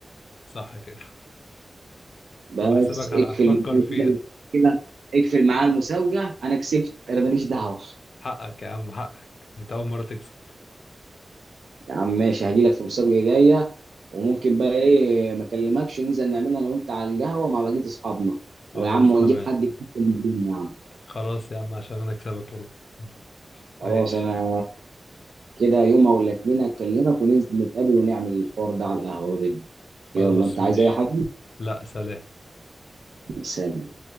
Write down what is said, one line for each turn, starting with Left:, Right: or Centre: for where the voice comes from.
Left: صح كده <laughs>
Right: بس
Left: انا بحسبك
Right: اقفل
Left: هتفكر
Right: كده
Left: فيها
Right: كده اقفل معاه المسابقه انا كسبت انا ماليش دعوه
Left: حقك يا عم حقك انت أول مرة تكسب
Right: يا عم ماشي هجي لك في مسابقه جايه وممكن بقى ايه ما اكلمكش ننزل نعملها انا وانت على القهوه مع بقيه اصحابنا
Left: خلاص
Right: ويا عم ونجيب
Left: تمام
Right: حد يكتب الدنيا يا عم
Left: خلاص يا عم عشان انا اكسبك برضه
Right: خلاص
Left: ماشي
Right: انا كده يوم او الاثنين اكلمك وننزل نتقابل ونعمل الحوار ده على القهوه ده بينا
Left: خلاص
Right: يلا انت
Left: ماشي
Right: عايز اي حاجه
Left: لا سلام
Right: سلام